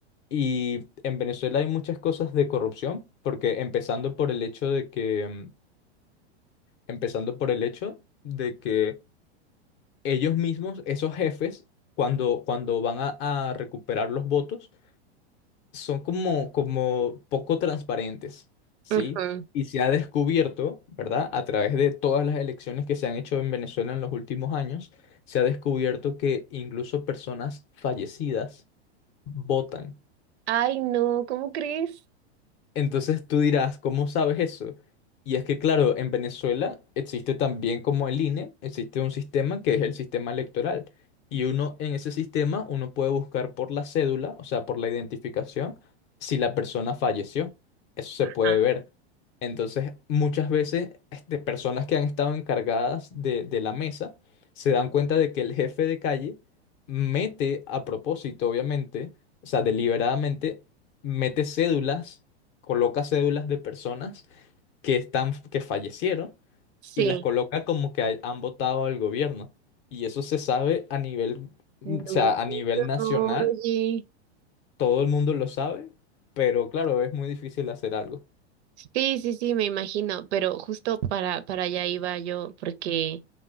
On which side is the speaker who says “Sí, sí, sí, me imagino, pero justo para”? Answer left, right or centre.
Right